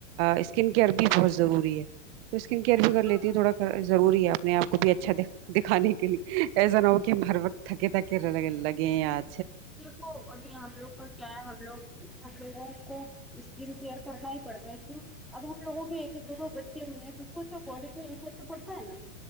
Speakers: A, on the right; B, in the centre.
A: اسکن کیئر بھی بہت ضروری ہے تو اسکن کیئر بھی کر لیتی
B: ہاں
A: تھوڑا ضروری ہے اپنے آپ کو بھی اچھا دیکھ دکھانے کے لیے ایسا نہ ہو کہ ہم ہر وقت تھکے تھکے لگے یار
B: دیکھو ابھی آپ لوگ کا کیا ہے ہم لوگ ہم لوگوں کو اسکن کیئر کرنا ہی پڑتا ہے کیوں اب ہم لوگوں کے ایک ایک دونوں بچے میں ہیں تو سوچو باڈی پہ افیکٹ پڑتا ہے نا